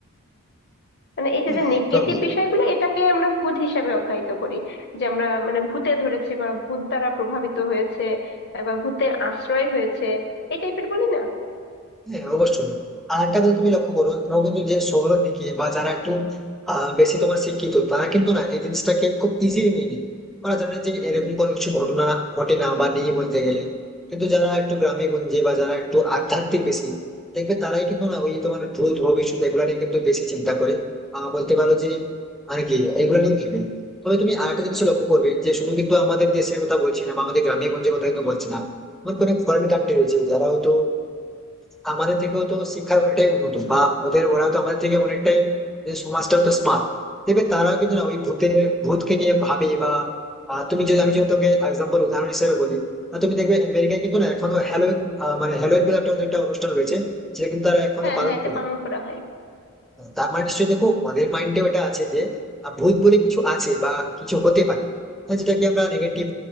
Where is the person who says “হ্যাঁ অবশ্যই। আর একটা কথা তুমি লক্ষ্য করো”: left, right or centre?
Centre